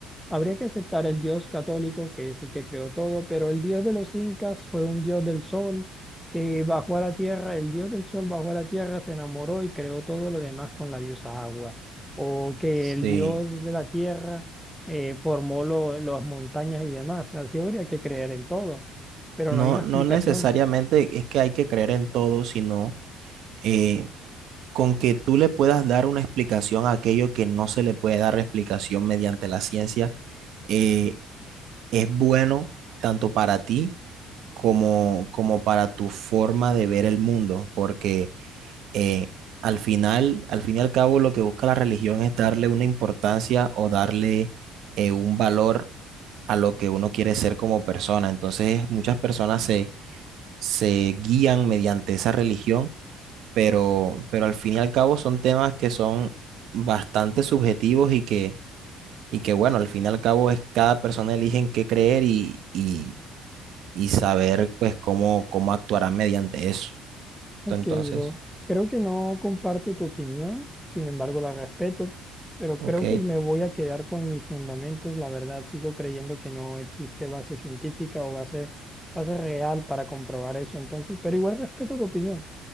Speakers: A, in the centre; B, on the right.
A: habría que aceptar el Dios católico, que es el que creó todo, pero el Dios de los incas fue un Dios del sol que bajó a la tierra, el Dios del sol bajó a la tierra, se enamoró y creó todo lo demás con la diosa agua, o que
B: sí,
A: el Dios de la tierra eh, formó lo- las montañas y demás. Así habría que creer en todo, pero
B: no,
A: no hay una
B: no
A: explicación.
B: necesariamente es que hay que creer en todo, sino eh, con que tú le puedas dar una explicación a aquello que no se le puede dar explicación mediante la ciencia, eh, es bueno tanto para ti como, como para tu forma de ver el mundo, porque eh, al final, al fin y al cabo, lo que busca la religión es darle una importancia o darle eh, un valor a lo que uno quiere ser como persona. Entonces, muchas personas se, se guían mediante esa religión, pero, pero al fin y al cabo son temas que son bastante subjetivos y que, y que bueno, al fin y al cabo es cada persona elige en qué creer y, y y saber pues cómo, cómo actuarán mediante eso.
A: Ok,
B: Entonces,
A: bro. Creo que no comparto tu opinión, sin embargo la respeto, pero
B: ok,
A: creo que me voy a quedar con mis fundamentos. La verdad, sigo creyendo que no existe base científica o base, base real para comprobar eso. Entonces, pero igual respeto tu opinión.